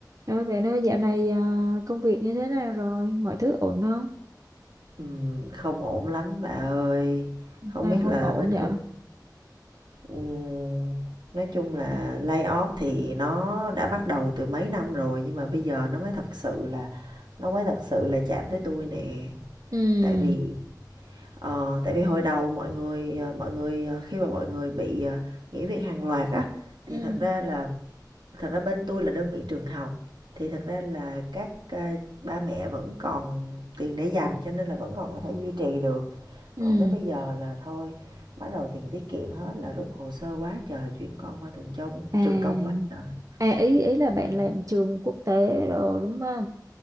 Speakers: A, on the right; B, on the right.
A: Nói về nó dạo này à, công việc như thế nào rồi? Mọi thứ ổn không?
B: Ừm, không ổn lắm bà ơi. Không
A: Nào
B: biết
A: không
B: là
A: ổn
B: bên
A: vậy?
B: công ừm, nói chung là layoff thì nó đã bắt đầu từ mấy năm rồi nhưng mà bây giờ nó mới thật sự là nó mới thật sự là chạm tới tôi nè.
A: Ừ,
B: Tại vì ờ, tại vì hồi đầu mọi người ờ, mọi người ờ, khi mà mọi người bị ờ, nghỉ việc hàng loạt á
A: ừ,
B: thì thật ra là thật ra bên tôi là đơn vị trường học thì thật ra là các ờ, ba mẹ vẫn còn tiền để dành cho nên là vẫn còn có thể duy trì được
A: ừ.
B: còn tới bây giờ là thôi bắt đầu tiền tiết kiệm hết là rút hồ sơ quá trời chuyển con qua trường công
A: À,
B: trường công quá trời
A: à ý ý là bạn
B: ừ.
A: làm trường quốc tế rồi đúng không?